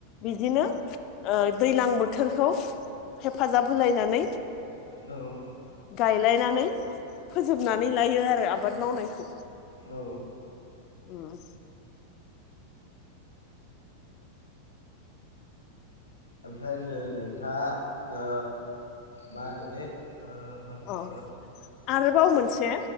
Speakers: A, on the left (about 40°); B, on the left (about 80°).
A: बिदिनो दैज्लां बोथोरखौ हेफाजाब होलायनानै
B: औ
A: गायलायनानै फोजोबनानै लायो आरो आबाद मावनायखौ।
B: औ।
A: औ।
B: ओमफ्राय नोंथाङा मा होनो बे ओ हो हो
A: औ आरोबाव मोनसे